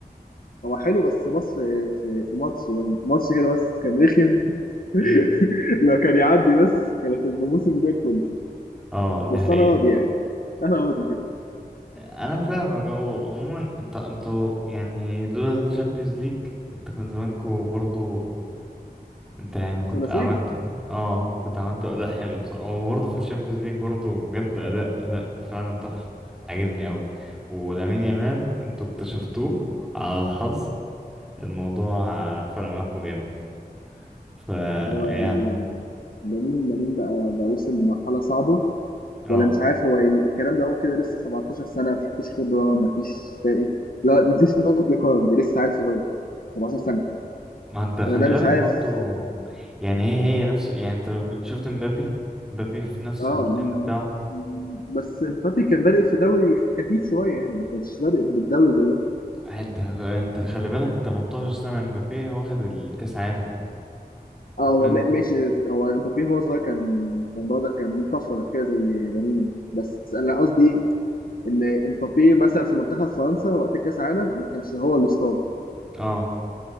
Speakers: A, on the left; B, in the centre.
A: هو حلو بس بص في في في ماتش ماتش كده بس كان رخم <laughs>
B: امم
A: لو كان يعدي بس كانت هتبقى موسم زي الفل
B: اه دي
A: بس
B: حقيقة
A: انا راضي يعني انا راضي كده
B: انا فاهمك هو عموما انت انتوا يعني لولا الشامبيونز ليج انت كان زمانكوا برضو انت يعني كنت
A: ثلاثيه
B: عملت اه كنت عملت اداء حلو بصراحه وبرضه في الشامبيونز ليج برضه بجد اداء اداء فعلا تحفه عجبني قوي ولامين يامال انتوا اكتشفتوه على الحظ الموضوع آه، فرق معاكوا جامد ف
A: هو
B: يعني
A: لامين لامين بقى بقى وصل لمرحله صعبه
B: اه
A: ولا مش عارف هو يعني الكلام ده هو كده لسه 17 سنه مفيش خبره مفيش فاهم لا مفيش نضج يا كرم ده لسه عيل صغير 17 سنه
B: ما انت خلي
A: انا ده مش
B: بالك
A: عارف
B: برضو يعني هي هي نفس يعني انت لو شفت مبابي مبابي في نفس
A: اه
B: السن
A: م-
B: بتاعه
A: م- بس مبابي كان بادئ في دوري خفيف شويه يعني ما كانش بادئ بالدوري زي ده
B: انت انت خلي بالك 18 سنة مبابي واخد الكأس عالم
A: اه
B: بتكلم-
A: هو ما- ماشي هو مبابي هو صغير كان كان برضه كان طفره كده زي لامين بس انا قصدي ان مبابي مثلا في منتخب فرنسا وقت كاس العالم ما كانش هو الستار
B: اه